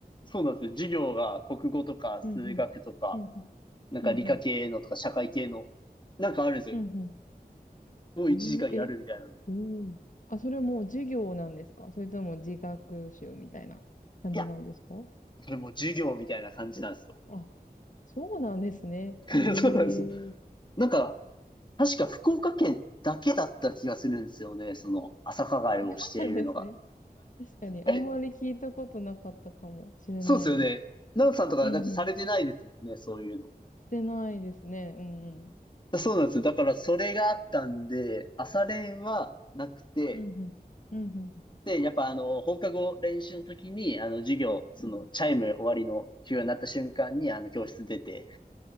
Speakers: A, on the left; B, on the left.
A: そうなんですよ。授業が国語とか数学とか、
B: うん、うん。うん、うん。
A: なんか理科系のとか社会系の、
B: うん、うん。
A: なんかあるんですよ。
B: うんうん
A: もう1時間やるみたいなの。
B: えー、え、
A: い
B: おお。あ、それはもう授業なんですかそれとも自学習みたいな感じなんですか
A: や、それもう授業みたいな感じなんですよ。
B: あ、そうなんですね。
A: <laughs>
B: え
A: そうなんです。
B: え、
A: なんか、確か福岡県だけだった気がするんですよね。その、朝課外をしているのが。
B: そうなんですね。確かに、
A: え、
B: あんまり聞いたことなかったかもしれないです。
A: そうですよね。ナオさんとかだってされてないですもんね、
B: うんうん。し
A: そういうの。
B: てないですね。うんうん。
A: そうなんですよ。だからそれがあったんで、朝練はなくて、
B: うんうん。うんうん。
A: で、やっぱあの、放課後練習の時に、あの、授業、その、
B: うん
A: チャイム終わりの授業になった瞬間に、あの、教室出て、